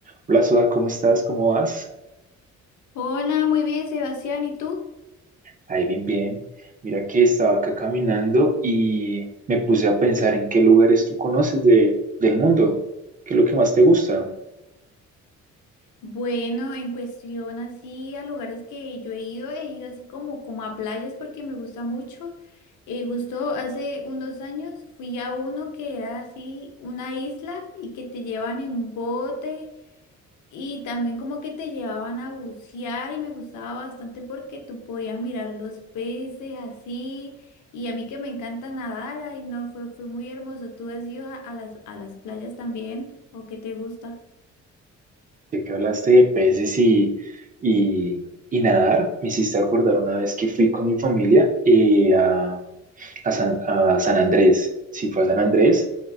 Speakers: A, on the right; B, on the left.
A: Hola, Suar, ¿cómo estás? ¿Cómo vas?
B: Hola, muy bien, Sebastián, ¿y tú?
A: Ahí bien, bien. Mira que estaba acá caminando y me puse a pensar en qué lugares tú conoces de, del mundo. ¿Qué es lo que más te gusta?
B: Bueno, en cuestión así a lugares que yo he ido, he ido así como, como a playas porque me gusta mucho. Eh, justo hace unos años fui a uno que era así una isla y que te llevan en bote. Y también como que te llevaban a bucear y me gustaba bastante porque tú podías mirar los peces así. Y a mí que me encanta nadar, ay no, fue, fue muy hermoso. ¿Tú has ido a, a las, a las playas también? ¿O qué te gusta?
A: De que hablaste de peces y, y, y nadar. Me hiciste acordar una vez que fui con mi familia eh, a, a San, a San Andrés. Sí, fue a San Andrés.